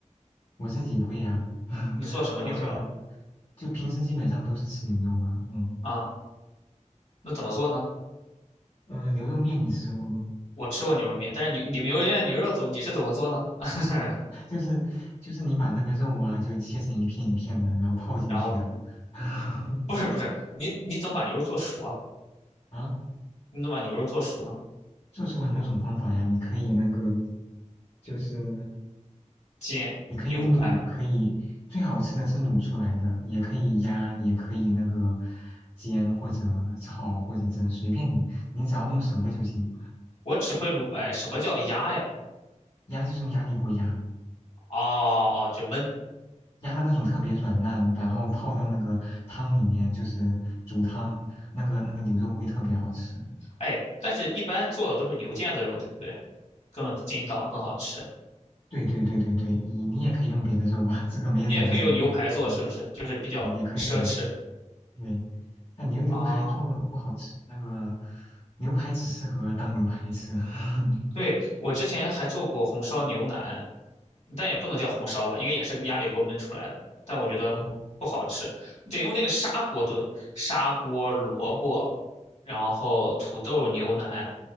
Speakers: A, on the left; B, on the left.
A: 我自己会呀、<laughs>
B: 你做什么牛肉
A: 不过做的就平时基本上都是吃牛肉吧，嗯，
B: 啊？那怎么做呢？
A: 呃，牛肉面你吃过吗？
B: 我吃过牛肉面，但是你你们牛肉面的牛肉总你是怎么做呢？<laughs>
A: 就是就是你把那个肉啊，就切成一片一片的，然后泡进去啊，
B: 然后呢？
A: <laughs>
B: 不是不是，你你怎么把牛肉做熟啊？
A: 啊，
B: 你怎么把牛肉做熟呢？
A: 做出很多种方法呀，你可以那个就是
B: 煎、
A: 你可以卤，
B: 牛排，
A: 可以最好吃的是卤出来的，也可以压，也可以那个煎或者炒或者蒸，随便你，你只要弄熟了就行，
B: 我只会卤。哎，什么叫压呀？
A: 压就是用压力锅压。
B: 哦哦，就焖。
A: 压的那种特别软烂，然后泡到那个汤里面，就是煮汤，那个那个牛肉会特别好吃。
B: 哎，但是一般做的都是牛腱子肉，对不对？更筋道，更好吃。
A: 对对对对对，你你也可以用别的肉啊，这个没人拦着你，
B: 你也可以用牛排做，
A: 嗯，
B: 是不是？就是比较奢侈
A: 也可以的。对，但牛牛排做不好吃，
B: 啊。
A: 那个牛排只适合当牛排吃。<laughs>
B: 对，我之前还做过红烧牛腩，但也不能叫红烧吧，应该也是压力锅焖出来的，但我觉得不好吃，
A: 哦
B: 得用那个砂锅炖，砂锅萝卜，然后土豆牛腩，